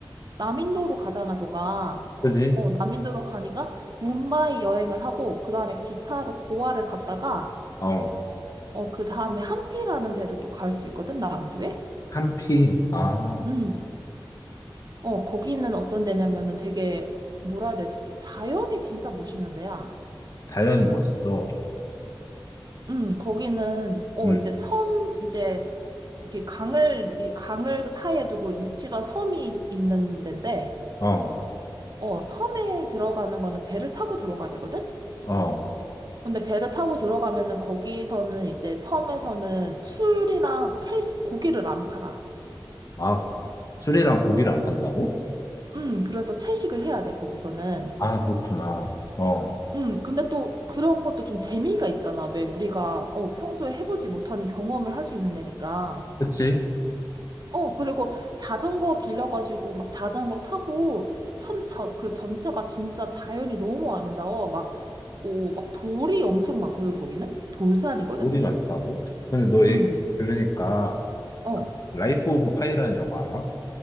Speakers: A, on the right; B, on the left.
A: 남인도로 가잖아, 너가.
B: 그지?
A: 어, 남인도로 가니까 뭄바이 여행을 하고, 그 다음에 기차로 고아를 갔다가,
B: 어,
A: 어, 그 다음에 함피라는 데를 또 갈 수 있거든, 남부에?
B: 한피. 아,
A: 음. 어, 거기는 어떤 데냐면은 되게, 뭐라 해야 되지? 자연이 진짜 멋있는 데야.
B: 자연이 멋있어.
A: 음, 거기는, 어,
B: 응,
A: 이제 섬, 이제, 이렇게 강을, 이 강을 사이에 두고 육지가 섬이 있는 데인데,
B: 어,
A: 어, 섬에 들어가는 거는 배를 타고 들어가야 되거든?
B: 어.
A: 근데 배를 타고 들어가면은 거기서는 이제 섬에서는 술이랑 채식, 고기를 안 팔아.
B: 아, 술이랑 고기를 안 판다고?
A: 음, 그래서 채식을 해야 돼, 거기서는.
B: 아, 그렇구나. 어,
A: 음, 근데 또 그런 것도 좀 재미가 있잖아. 왜 우리가, 어, 평소에 해보지 못하는 경험을 할 수 있는 데니까.
B: 그치?
A: 어, 그리고 자전거 빌려가지고 막 자전거 타고 섬, 저, 그 전체가 진짜 자연이 너무 아름다워. 막, 오, 막 돌이 엄청 많거든, 거기는? 돌산이거든?
B: 볼이 많다고? 근데 너
A: 응,
B: 얘기 들으니까
A: 어.
B: 그 라이프 오브 파이라는 영화 알아?